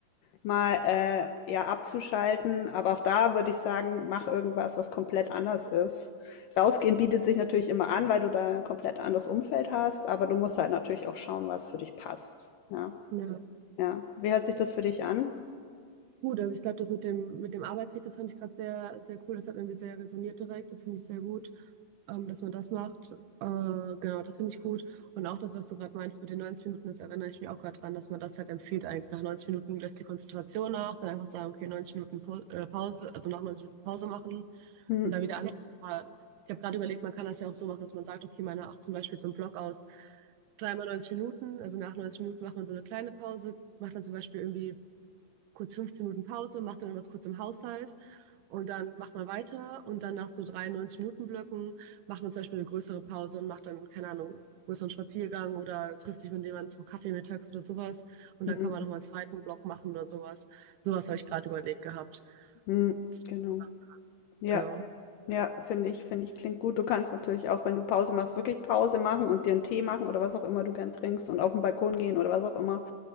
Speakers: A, on the left; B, on the right.
A: mal äh, ja abzuschalten. Aber auch da würde ich sagen, mach irgendwas, was komplett anders ist. Rausgehen bietet sich natürlich immer an, weil du da ein komplett anderes Umfeld hast, aber du musst halt natürlich auch schauen, was für dich passt. Ja,
B: Ja.
A: ja. Wie hört sich das für dich an?
B: Gut, also ich glaube, das mit dem, mit dem Arbeitsweg, das fand ich gerade sehr, sehr cool. Das hat irgendwie sehr resoniert direkt. Das finde ich sehr gut, ähm, dass man das macht. Äh, genau, das finde ich gut. Und auch das, was du gerade meinst mit den 90 Minuten, das erinnere ich mich auch gerade dran, dass man das halt empfiehlt. Eigentlich nach 90 Minuten lässt die Konzentration nach, dann einfach sagen, okay, 90 Minuten Po- äh, Pause, also nach 90 Minuten Pause machen
A: Hm,
B: und dann wieder an. Ja, Aber Ich habe gerade überlegt, man kann das ja auch so machen, dass man sagt, okay, meine acht zum Beispiel so einen Block aus dreimal 90 Minuten, also nach 90 Minuten macht man so eine kleine Pause, macht dann zum Beispiel irgendwie kurz 15 Minuten Pause, macht dann irgendwas kurz im Haushalt und dann macht man weiter und dann nach so 93 Minuten Blöcken macht man zum Beispiel eine größere Pause und macht dann, keine Ahnung, größeren Spaziergang oder trifft sich mit jemandem zum Kaffee mittags oder sowas und
A: hm,
B: dann kann man nochmal einen zweiten Block machen oder sowas. Sowas habe ich gerade überlegt gehabt.
A: hm,
B: Das,
A: genau.
B: das war,
A: Ja,
B: genau.
A: ja, finde ich, finde ich, klingt gut. Du kannst natürlich auch, wenn du Pause machst, wirklich Pause machen und dir einen Tee machen oder was auch immer du gern trinkst und auf den Balkon gehen oder was auch immer.